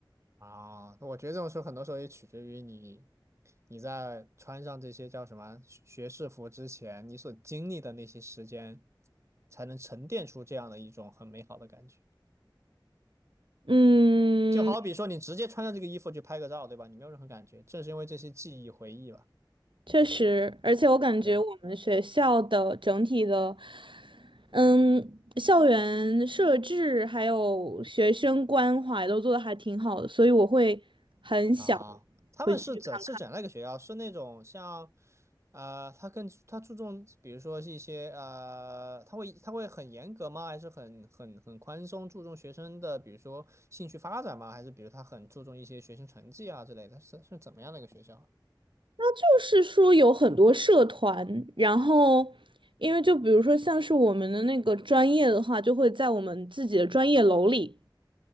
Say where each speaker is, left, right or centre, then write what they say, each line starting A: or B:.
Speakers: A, on the right; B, on the right.
A: 啊，我觉得这种时候很多时候也取决于你，你在穿上这些叫什么学士服之前，你所经历的那些时间，才能沉淀出这样的一种很美好的感觉。
B: 嗯，
A: 就好比说，你直接穿上这个衣服去拍个照，对吧？你没有任何感觉，正是因为这些记忆回忆吧。
B: 确实，而且我感觉我们学校的整体的，
A: 对。
B: 嗯，校园设置还有学生关怀都做的还挺好的，所以我会很想
A: 啊，他们是怎是怎样的一个学校？
B: 回去看。
A: 是那种像，呃，他更他注重，比如说是一些呃，他会他会很严格吗？还是很很很宽松，注重学生的，比如说兴趣发展吗？还是比如他很注重一些学生成绩啊之类的？是是怎么样的一个学校？
B: 那就是说有很多社团，然后因为就比如说像是我们的那个专业的话，就会在我们自己的专业楼里，